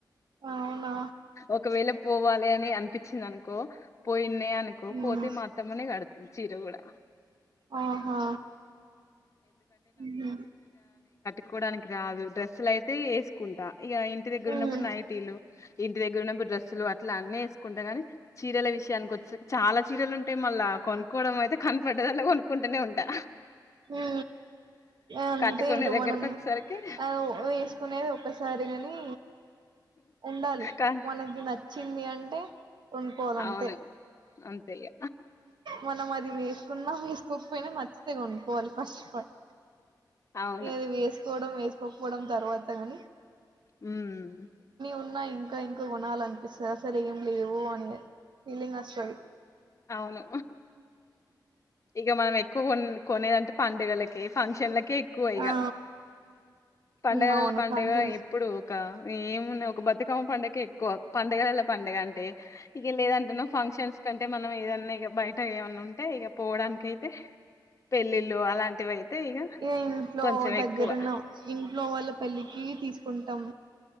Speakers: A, on the right (about 75°); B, on the left (about 40°).
A: అవునా
B: ఒకవేళ పో పోవాలి అని అనిపించింది అనుకో పోయి విన్నా అనుకో
A: మ్మ్
B: పోతే మా అత్తమ్మని అడుగు చీర కూడా
A: ఆహా ఉహు
B: సుకోడానికి రాదు డ్రెస్లు అయితే వేసుకుంటా ఇక ఇంటి దగ్గర
A: మ్మ్
B: ఉన్నప్పుడు నైటీలు ఇంటి దగ్గర ఉన్నప్పుడు డ్రస్సులు ఇట్లా అన్న వేసుకుంటా గానీ చీరల విషయానికి వచ్చే చాలా చీరలు ఉంటాయి మళ్ళా కొను కొడమయితే కనపడదు అవును కుంటూనే ఉంటా
A: ఉ అంతే
B: కట్టుకునే దగ్గరకు
A: మనం
B: వచ్చేసరికి
A: అవు వేసుకునేది ఒక్కసారిగాని ఉండాలి
B: కా
A: వనకి నచ్చ వచ్చింది అంటే కొనుకోవాలంటే
B: అవును అంతే ఇగ
A: మనము అ వేసుకున్నా వేసుకోకపోయినా మంచిదే కొనుక్కకోవాలి ఫస్ట్ అఫ్ ఆల్
B: అవును
A: ఏ అది వేసుకోవడం వేసుకోక పోవడం తర్వాత కానీ
B: ఉహు ఉ
A: ఉన్నా ఇంకా ఇంకా కొనాల అనిపిస్తుంది అసలు ఏం లేవు అనే ఫీలింగ్ వస్తుంది
B: అవును ఇక మనం ఎ కొ కొనేదంటే పండుగలకి ఏ ఫంక్క్షన్ల కి కే ఎక్కువ ఇగా
A: ఆ
B: పండగలలో
A: ఉమ్ అవును
B: పండుగ
A: ఫంక్షన్స్
B: ఎప్పుడు ఏమున్నా బతుకమ్మ పండుగ ఎక్కువ పండగలలో పండుగ అంటే ఇక లేదంటే ఫంక్షన్స్ కంటే మనం ఏదన్నా ఇగ బయట ఏమన్నా ఉంటే ఇక పోవడానికి అయితే పెళ్ళిళ్ళు అలాంటివి అయితే ఇక
A: ఇ ఇంట్లో
B: కొంచెం
A: దగ్గరున్నాం
B: ఎక్కువ
A: ఇంట్లో వాళ్ళ పెళ్ళికి తీసుకు కుంటాం